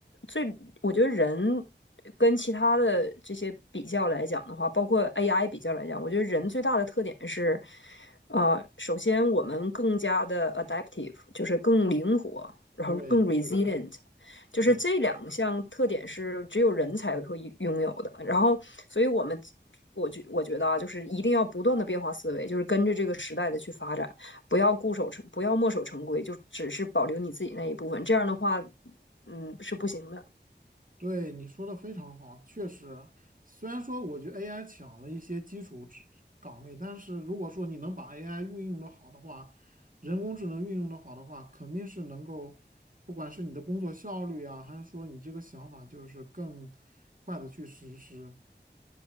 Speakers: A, on the left (about 85°); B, on the right (about 45°).
A: 最，我觉得人跟其他的这些比较来讲的话，包括 AI 比较来讲，我觉得人最大的特点是，呃，首先我们更加的 adaptive，就是更灵活，然后更
B: 对，
A: resilient，
B: 是的，是。
A: 就是这两项特点是只有人才会拥有的。然后，所以我们我觉我觉得啊，就是一定要不断的变化思维，就是跟着这个时代的去发展。不要固守成，不要墨守成规，就只是保留你自己那一部分。这样的话，嗯，是不行的。
B: 对，你说的非常好，确实，虽然说我觉得 AI 抢了一些基础职岗位，但是如果说你能把 AI 运用的好的话，人工智能运用的好的话，肯定是能够，不管是你的工作效率啊，还是说你这个想法，就是更快的去实施。